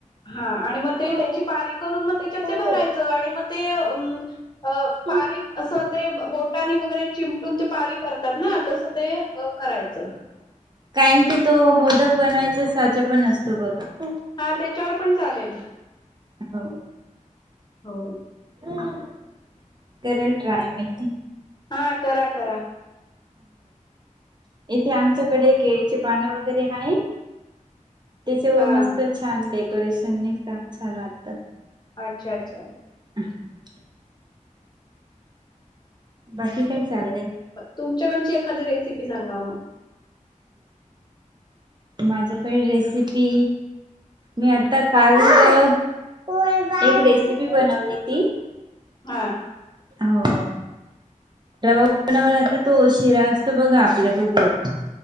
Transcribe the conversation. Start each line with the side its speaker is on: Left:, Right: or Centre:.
Left: हा आणि मग ते
Right: हो
Left: त्याची पारी करून मग त्याच्यात
Right: हो.
Left: ते भरायच आणि मग ते अ
Right: हो,
Left: पारी अस ते बोटानी वगैरे चिमटून ते पारी करतात ना तस ते. हो करायच
Right: काहींचात तो मोदक बनवायचा साचा पण असतो बघा.
Left: हा त्याच्यावर पण चालेल.
Right: हो
Left: हो
Right: हम्म करेल ट्राय मी.
Left: हां करा करा.
Right: इथे आमच्याकडे केळीचे पान वगैरे आहे. त्याच्यावर
Left: हां.
Right: मस्त छान डेकोरेशन नाहीका छान वाटत.
Left: अच्छा अच्छा
Right: <inaudible> बाकी काय चालय?
Left: तुमच्याकडची एखादी रेसिपी सांगा मग?
Right: माझ्याकडे रेसिपी मी आता कालच एक रेसिपी बनवलेली.
Left: हां
Right: हो रवा बनवला तर तो शिरा असतो बघा आपल्या तो गोड.